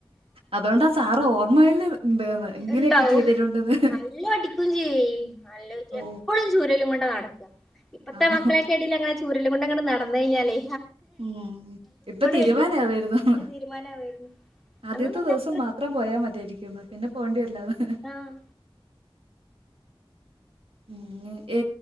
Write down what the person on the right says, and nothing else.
അതുകൊണ്ടാ സാറ് ഓർമ്മയിൽ ഉണ്ടെന്ന് ഇങ്ങനെയൊക്കെ
ചെയ്തിട്ടുണ്ടെന്ന്
ഓ
ആണോ
ഉം ഇപ്പൊ തീരുവാനാ
വരുന്ന ഉം
ആദ്യത്തെ
ദെവ്സം
മാത്രം പോയാ മതിയിരിക്കുംന്ന് പിന്നെ പോണ്ടി വരില്ലാന്ന്
ഉം എ